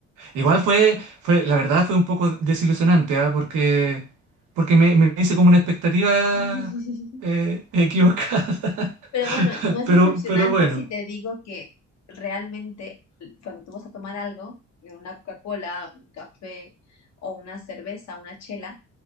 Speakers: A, on the right; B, on the left.
A: Igual fue, fue, la verdad fue un poco desilusionante, ¿ah? Porque, porque me, me hice como una expectativa
B: <laughs>
A: eh, equivocada. <laughs>
B: Pero bueno, no es
A: Pero,
B: decepcionante
A: pero bueno,
B: si te digo que realmente cuando tú vas a tomar algo, una Coca-Cola, un café o una cerveza, una chela,